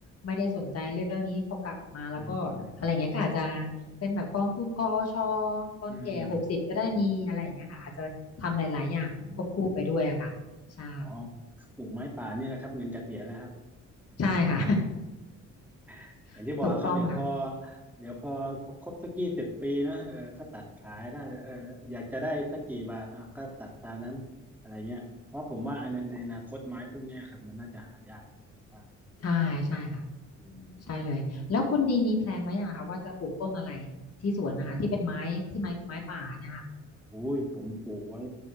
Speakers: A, on the left; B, in the centre.
A: ไม่ได้สนใจเรื่องนี้พอกลับมาแล้วก็อะไรเงี้ยก็อาจจะ
B: อืมอืมอืม
A: เป็นแบบกองทุนกอชตอนแก่หกสิบจะได้มีอะไรอย่างเงี้ยค่ะอาจจะทำหลายๆอย่างควบคู่ไปด้วยอะค่ะใช่
B: อืมอืมอืม อ๋อปลูกไม้ป่าเนี่ยแหละครับเงินระเสียณแล้วครับ
A: ใช่ค่ะ
B: <laughs>
A: <laughs>
B: อย่างที่บอกครับเดี๋ยวพอ
A: ถูกต้องค่ะ
B: เดี๋ยวพอครบสักยี่สิบปีนะเออก็ตัดขายได้เอออยากจะได้สักกี่บาทอ่ะก็ตัดตามนั้นอะไรเงี้ย เพราะผมว่าอันนั้นในอนาคตไม้พวกเนี้ยครับมันน่าจะหายากว่า
A: ใช่ใช่ค่ะ
B: อืมอืม
A: ใช่เลยแล้วคุณดีมีแพลนไว้ยังคะว่าจะปลูกต้นอะไรที่สวนนะคะที่เป็นไม้ที่ไม้ไม้ป่าเนี่ยค่ะ
B: โอุ้ย ผมปลูกไว้